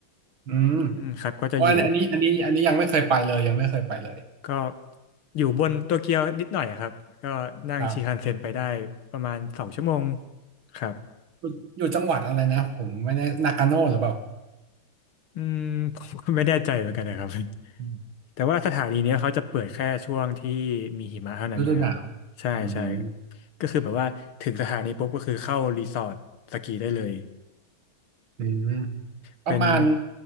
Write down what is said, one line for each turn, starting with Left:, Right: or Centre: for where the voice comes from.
Right: อืม
Left: อืมครับก็จะอยู่
Right: เพราะว่าอันนี้อันนี้อันนี้ยังไม่เคยไปเลยยังไม่เคยไปเลย
Left: ก็อยู่บนโตเกียวนิดหน่อยครับก็นั่งชินคันเซ็นไปได้ประมาณสองชั่วโมง
Right: ครับ
Left: ครับ
Right: อยู่อยู่จังหวัดอะไรนะผมไม่แน่นากาโน่หรือเปล่า
Left: อืมผมก็ไม่แน่ใจเหมือนกันนะครับ <laughs>
Right: อืม
Left: แต่ว่าสถานีเนี้ยเขาจะเปิดแค่ช่วงที่มีหิมะเท่านั้นนะครับ
Right: ฤดูหนาว
Left: ใช่ใช่
Right: อืม
Left: ก็คือแบบว่าถึงสถานีปุ๊บก็คือเข้ารีสอร์ทสกีได้เลย
Right: อืมประมาณ
Left: เป็น